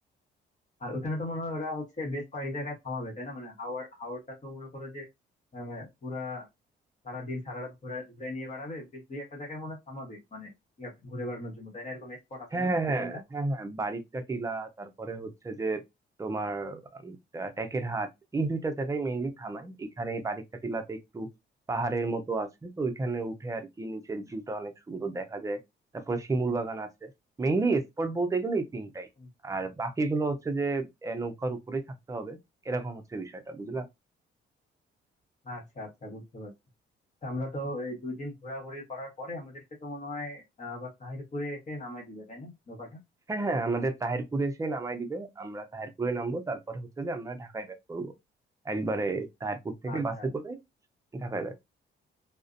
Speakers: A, on the left (about 35°); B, on the right (about 15°).
A: আর ওখানে তো মনে হয় ওরা হচ্ছে বেশ কয়েক জায়গায় থামাবে তাই না মানে হাওড় হাওড়টা তো মনে করো যে আহ, পুরা সারাদিন সারা রাত ঘুরে ঘুরে নিয়ে বেড়াবে বেশ দুই একটা জায়গায় মনে হয় থামাবে মানে ইয়া ঘুরে বেড়ানোর জন্য তাই না এরকম স্পট আছে
B: হ্যাঁ
A: না
B: হ্যাঁ
A: দুই
B: হ্যাঁ
A: তিনটা
B: হ্যাঁ হ্যাঁ বারিক্কা টিলা তারপরে হচ্ছে যে তোমার উম, টা- টেকের হাট এই দুইটা জায়গায় মেইনলি থামাই এখানে এই বারিক্কা টিলাতে একটু পাহাড়ের মতো আছে তো ওইখানে উঠে আর কি নিচের ভিউটা অনেক সুন্দর দেখা যায় তারপরে শিমুল বাগান আছে মেইনলি স্পট বলতে গেলে এই তিনটাই
A: হুম।
B: আর বাকিগুলো হচ্ছে যে এ, নৌকার উপরেই থাকতে হবে এরকম হচ্ছে বিষয়টা বুঝলা
A: আচ্ছা আচ্ছা বুঝতে পারছি তা আমরা তো এই দুই দিন ঘোরাঘুরি করার পরে আমাদেরকে তো মনে হয় আহ, আবার তাহিরপুরে এসে নামাই দিবে তাই না নৌকাটা
B: হ্যাঁ হ্যাঁ আমাদের তাহিরপুরে এসে নামাই দিবে আমরা তাহিরপুরে নামবো তারপরে হচ্ছে যে আমরা ঢাকায় ব্যাক করবো একবারে তাহিরপুর থেকে
A: আচ্ছা
B: বাসে
A: আচ্ছা
B: করে ঢাকায় back